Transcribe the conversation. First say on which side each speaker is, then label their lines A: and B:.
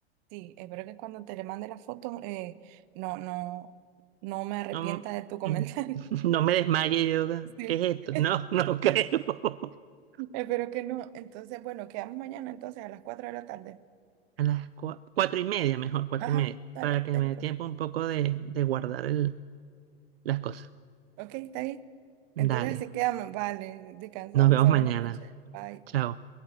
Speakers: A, on the right; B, on the right.
A: Sí, espero que cuando te le mande la foto eh, no, no, no me arrepienta
B: No,
A: de tu comentario.
B: mm, <laughs>
A: <laughs>
B: no me desmaye yo,
A: Sí.
B: ¿qué es esto?
A: <laughs>
B: <laughs> No, no creo. <laughs>
A: Espero que no. Entonces, bueno, quedamos mañana entonces a las 4 de la tarde.
B: A las cua- cuatro y media, mejor, cuatro
A: Ajá,
B: y media,
A: dale,
B: para que
A: dale
B: me dé
A: pues.
B: tiempo un poco de, de guardar el, las cosas.
A: Ok, está ahí. Entonces
B: Dale,
A: así quedamos. Vale, descansa,
B: nos
A: pues
B: vemos mañana.
A: buenas noches. Bye.
B: Chao.